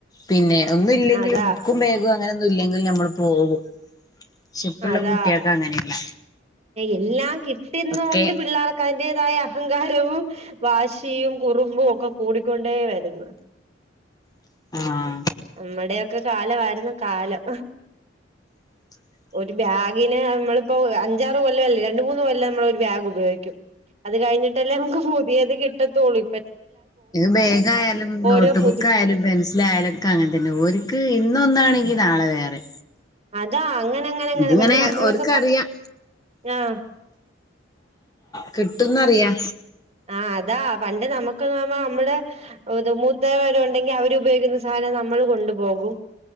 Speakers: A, on the left; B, on the right.
A: പിന്നെ ഒന്നുല്ലെങ്കിലും
B: അതാ
A: ബുക്കും ബാഗും അങ്ങനെ ല്ലെങ്കിൽ നമ്മൾ പോകും പക്ഷെ ഇപ്പള്ള
B: അതാ
A: കുട്ടികൾക്ക് അങ്ങനെയല്ല
B: എല്ലാ കിട്ടുന്നൊണ്ട്
A: ഒക്കെ
B: പിള്ളേർക്കതി അതിന്റേതായ അഹങ്കാരവും വാശിയും കുറുമ്പും ഒക്കെ കൂടിക്കൊണ്ടേ വരുന്നു
A: ആഹ
B: നമ്മുടെൊക്കെ കാലമായിരുന്നു കാലം
A: <inaudible>
B: ഒരു ബാഗിന് നമ്മളിപ്പോ അഞ്ചാറ് കൊല്ലം അല്ലേ രണ്ട മൂന്ന് കൊല്ലം നമ്മള ഒരു ബാഗ് ഉപയോഗിക്കും അത് കഴിഞ്ഞിട്ടല്ലേ മുക്ക് പുതിയത് കിട്ടത്തോള്
A: ബേഗ് ആയാലും നോട്ട്
B: ഓരോ പുതി
A: ബുക്ക് ആയാലും പെൻസൽ ആയാലൊക്കെ അങ്ങനെ ന്നെ ഒര്ക്ക് ഇന്നൊന്നാണെങ്കി നാളെ വേറെ
B: അതാ അങ്ങനെ അങ്ങനെ അങ്ങനെ
A: ഇതിങ്ങനെ
B: പണ്ട് നമ്മളൊക്കെ
A: ഓര്ക്കറിയാം
B: ഇപ്പ ആഹ്
A: കിട്ടുംന്നറിയാ
B: ആഹ് അതാ പണ്ട് നമുക്കൊന്ന് ആവുമ്പോ നമ്മടെ മൂത്ത വരുണ്ടെങ്കി അവരു ഉപയോഗി- നമ്മൾ കൊണ്ടു പോകും